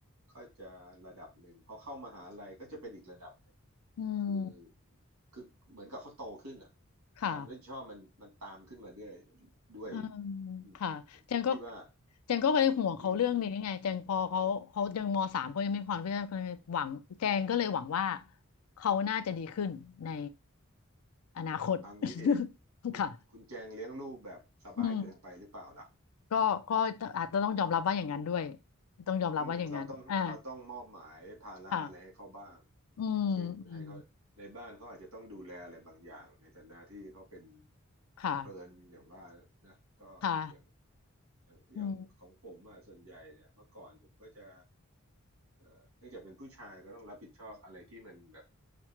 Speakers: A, on the right; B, on the left.
A: ก็จะระดับหนึ่งพอเข้ามหาลัยก็จะเป็นอีกระดับหนึ่ง
B: อืม
A: คือคือเหมือนกับเขาโตขึ้นอ่ะ
B: ค่ะ
A: ความรับผิดชอบมันมันตามขึ้นมาด้วยด้วย
B: อืม
A: อืมผมผมคิดว่า
B: ค่ะเจนก็เจนก็เลยห่วงเขาเรื่องนี้ไงเจนพอเขาเขายังมสามเขายังม่ีความเพื่อ
A: อืม
B: หวังเจนก็เลยหวังว่าเขาน่าจะดีขึ้นในอนาคต
A: เอางี้ดิ
B: <laughs>
A: คุณคุณแจงเลี้ยงลูกแบบสบายเกินไปหรือเปล่าล่ะ
B: ค่ะอืมก็ก็อาจจะต้องยอมรับว่าอย่างนั้นด้วยต้องยอมรับว่าอย่างนั้นอ่า
A: อืมเราต้องเราต้องมอบหมายภาระอะไรให้เขาบ้าง
B: ค่ะอืมอืม
A: อย่างเช่นให้เขาในบ้านเขาอาจจะต้องดูแลอะไรบางอย่างในฐานะที่เขาเป็น
B: ค่ะ
A: แต่เผอิญอย่างว่านะก็อย่าง
B: ค่ะ
A: อย่างอย่างของผมอะส่วนใหญ่เนี่ยเมื่อก่อนผมก็จะ
B: อืม
A: เอ่อเนื่องจากเป็นผู้ชายก็ต้องรับผิดชอบอะไรที่มันแบบ